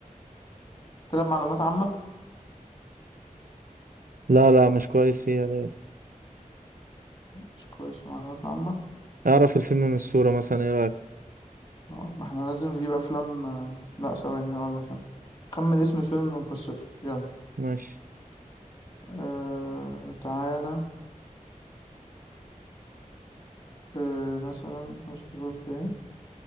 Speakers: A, on the left (about 35°); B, on the right (about 85°).
A: تلعب معلومات عامة
B: لا لا مش كويس فيها ده
A: مش كويس في المعلومات العامة
B: اعرف الفيلم من الصوره مثلا ايه رايك
A: لا، ما احنا لازم نجيب أفلام آه، لا ثواني هقول لك أنا خمن اسم الفيلم من قصته يلا
B: ماشي
A: أه... تعالى أه... مثلا افتكرت اهي